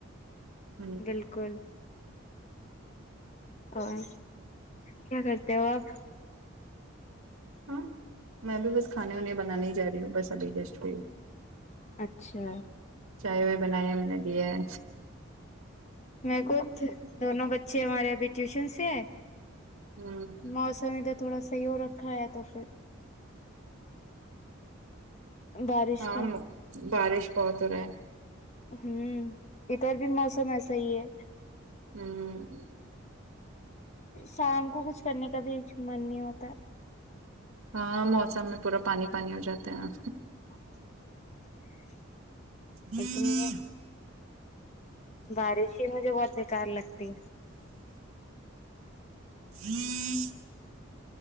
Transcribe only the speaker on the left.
بالکل اور کیا کرتے ہو آپ
اچھا،
میں خود دونوں بچے ہمارے ابھی ٹیوشن سےآیے
موسم ادھر تھوڑا صحیح ہو رکھا ہے تو پھر بارش
کا
ہوں ادھر بھی موسم ایسا ہی ہے
شام کو کچھ کرنے کا بھی من نہیں ہوتا
<inaudible>
ایک تو مجھے بارش ہی مجھے بہت بیکار لگتی